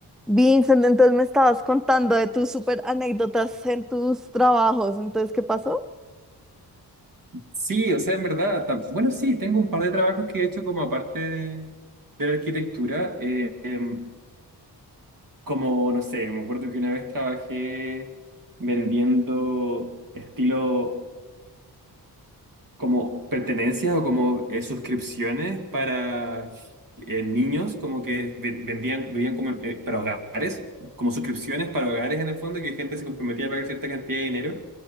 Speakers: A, in the centre; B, on the right (about 55°).
A: Vincent, entonces me estabas contando de tus super anécdotas en tus trabajos. Entonces, ¿qué pasó?
B: Sí, o sea, en verdad, tam- bueno, sí, tengo un par de trabajos que he hecho como aparte de, de la arquitectura, eh, em, como, no sé, me acuerdo que una vez trabajé vendiendo estilo como pertenencias o como eh, suscripciones para eh, niños, como que ve- vendían, vivían como eh, para hogares, como suscripciones para hogares en el fondo, que gente se comprometía a pagar cierta cantidad de dinero